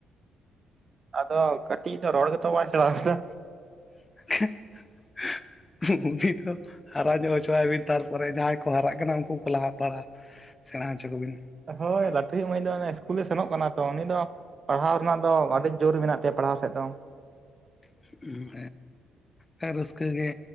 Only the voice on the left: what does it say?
<unintelligible> ᱩᱱᱤ ᱫᱚ ᱦᱟᱨᱟ ᱧᱚᱜ ᱦᱚᱪᱚᱟᱭ ᱵᱤᱱ, ᱛᱟᱨᱯᱚᱨᱮ ᱡᱟᱦᱟᱸᱭ ᱠᱚ ᱦᱟᱨᱟᱜ ᱠᱟᱱᱟ ᱩᱱᱠᱩ ᱠᱚ ᱞᱟᱦᱟ ᱯᱟᱲᱟᱜ ᱥᱮᱬᱟ ᱦᱚᱪᱚ ᱠᱚ ᱵᱤᱱ᱾
<unintelligible> ᱦᱮᱸ ᱨᱟᱹᱥᱠᱟᱹ ᱜᱮ